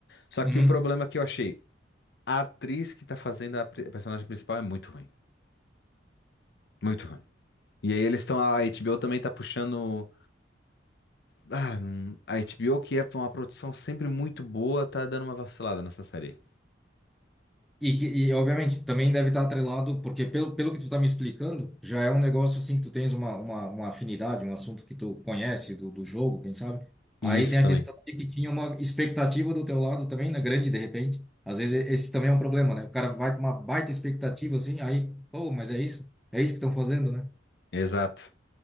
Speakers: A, on the left; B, in the centre.
A: Só que
B: Ah,
A: o problema que eu achei, a atriz que tá fazendo a pri- a personagem principal é muito ruim. Muito ruim. E aí eles estão. A HBO também tá puxando. Ah, hum, a HBO, que é uma produção sempre muito boa, tá dando uma vacilada nessa série.
B: E, que- e, obviamente, também deve estar atrelado, porque pelo, pelo que tu tá me explicando, já é um negócio assim que tu tens uma, uma, uma afinidade, um assunto que tu conhece do, do jogo, quem sabe?
A: E
B: Aí
A: Isso
B: tem
A: também.
B: a questão de que tinha uma expectativa do teu lado também, né? Grande, de repente. Às vezes esse também é um problema, né? O cara vai com uma baita expectativa assim, aí, pô, mas é isso? É isso que estão fazendo, né?
A: Exato.